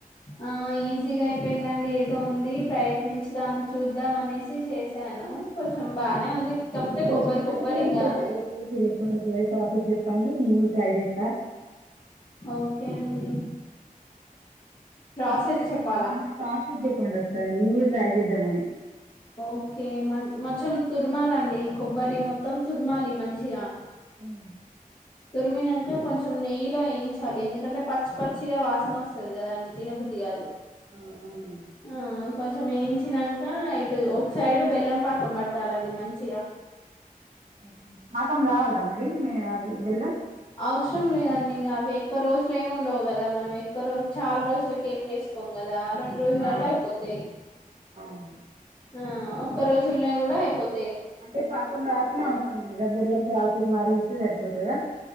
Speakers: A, on the left; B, on the right.
A: ఆ ఈజీగ అయిపోయింద అండి ఏదో ఉంది ప్రయత్నించిదాం చూద్దాం అనేసి చేశాను కొంచెం బానే ఉంది కాకపోతే
B: అటె
A: కొబ్బరి
B: స్టార్టింగ్
A: కొబ్బరి
B: నుంచి
A: ఇంగా
B: ఇక ప్రాసెస్ చెప్పండి నేను కూదా ట్రై చేస్తా
A: ఓకే అండి ప్రాసెస్
B: ఒకసారి
A: చెప్పాలా
B: చెప్పండి. ప్రసేస్ చెప్పండి ఒక సరి నింగుడ్ ట్రై చేద్ద మనీ
A: ఓకే మన్ మొచం తుర్మాల అండి. కొబ్బరి మొత్తం తుర్మాలి మంచిగా.
B: ఉమ్,
A: తురిమినంక. కొంచెం నెయ్యిలో ఏయించాలి. ఎందుకంటే పచ్చి పచ్చిగా వాసన వస్తది కదా అండి. తినబుద్ధి గా.
B: ఆ అవును
A: ఆహ్ కొంచెం వేయించిన్నంక. ఇటు ఒక సైడ్ బెల్లం పాకం పట్టాలండి మంచిగా.
B: ఉహ్ హు పాకం రావాలా మరి మే అది బెల్లం.
A: అవ్శ్రం లేదండి ఇంగా. అవి ఎక్కువ రోజులు ఏమి ఉండవు కదా, మనం ఎక్కువ రోజు చాలా రోజులక్ ఏం చేసుకోం కదా. రెండు రోజులల్ల
B: ఆ
A: అయిపోతాయి.
B: అవును
A: ఆహ్ ఒక్క రోజుల్నే కూడా అయిపోత్
B: అంటే పాకం రాకున్నా అవసరం లేదా బెల్లంద్. చల్ సేప్ మరిగిస్తే సరిపోతదా.